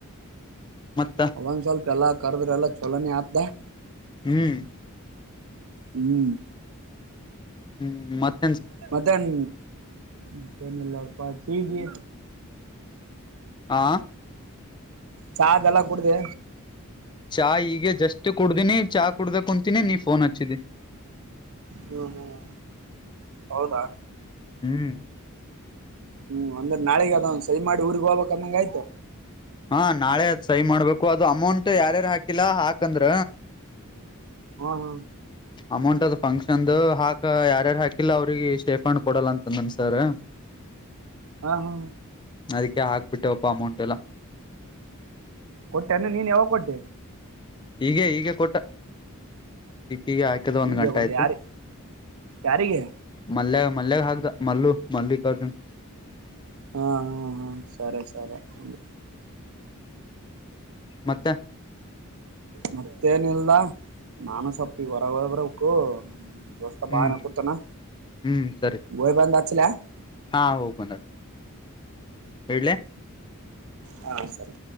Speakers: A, on the left; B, on the right.
A: ಮತ್ತ.
B: ಒಂದ್ ಸ್ವಲ್ಪ ಎಲ್ಲಾ ಕರ್ದ್ರ ಎಲ್ಲ ಚಲೋನೇ ಆಗ್ತದ.
A: ಹ್ಮ್.
B: ಹ್ಮ್.
A: ಹ್ಮ್ ಮತ್
B: ಮತ್ತೇನ್ ಮತ್ತೇನ ಇಲ್ಲಪ್ಪಾ ಪಿಜಿ.
A: ಹಾ.
B: ಚಾ ಅದ ಎಲ್ಲಾ ಕುಡ್ದಿ.
A: ಚಾ ಈಗ ಜಸ್ಟ್ ಕುಡ್ದಿನಿ ಚಾ ಕುಡ್ದ ಕುಂತೀನಿ ನೀ ಫೋನ್ ಹಚ್ಚಿದಿ.
B: ಹ್ಮ್ ಹ್ಮ್ ಹೌದಾ.
A: ಹ್ಮ್
B: ಹ್ಮ್ ಅಂದ್ರೆ ನಾಳಗ ಅದ್ ಸರಿ ಮಾಡಿ ಊರ್ಗ್ ಹೋಗ್ಬೇಕಂದಂಗ ಆಯ್ತು.
A: ಹಾ ನಾಳೆ ಸಯ ಮಾಡ್ಬೇಕು ಅದು ಅಮೌಂಟ್ ಯಾರ್ಯಾರು ಹಾಕಿಲ್ಲ ಹಾಕಂದ್ರ.
B: ಹ್ ಹ.
A: ಅಮೌಂಟ್ ಅದು ಫಂಕ್ಷನ್ ಹಾಕ ಯಾರಾರ ಹಾಕಿಲ್ಲ ಅವ್ರಿಗೆ ಸೇಫಂಡ್ ಕೊಡಲ್ಲ ಅಂತ ಅಂದಾನ ಸರ್.
B: ಹಾ ಹಾ.
A: ಅದಕ್ಕೆ ಹಾಕ್ಬಿಟ್ಟೆವಪ್ಪ ಅಮೌಂಟ್ ಎಲ್ಲ.
B: ಕೊಟ್ಟ ನಿನ್ ನೀನ್ ಯಾವಾಗ ಕೊಟ್ಯ.
A: ಈಗ ಈಗೆ ಕೊಟ್ಟೆ. ಕಿಕ್ಕಿಗೆ ಹಾಕದ ಒಂದ್
B: ಈಗ
A: ಗಂಟ
B: ಕೊಟ್ಟೆ
A: ಆಯ್ತು.
B: ಯಾರಿ ಯಾರಿಗೆ
A: ಮಲ್ಯಾಗ ಮಲ್ಯಾಗ ಹಾಕ್ದೆ ಮಲ್ಲು <unintelligible>
B: ಹಾ ಹಾ ಹಾ ಸರಿ ಸರಿ ಹ್ಮ್.
A: ಮತ್ತ.
B: ಮತ್ತ ನಿಲ್ಲ ನಾನು ಸೊಪ್ಪಿ ಹೊರಗ ಹೋಗಿ ಬರ್ಬೇಕು ದೋಸ್
A: ಹ್ಮ್
B: ಬಾ ಅನ್ನಾಕತ್ತಾನು
A: ಹ್ಮ್ ಸರಿ
B: ಹೋಗ್ ಬಂದ ಹಚ್ಚಲ್ಯಾ.
A: ಹಾ ಹೋಗ ಬಂದ ಹಚ್ಚ ಇಡ್ಲಿ.
B: ಹಾ ಸರಿ.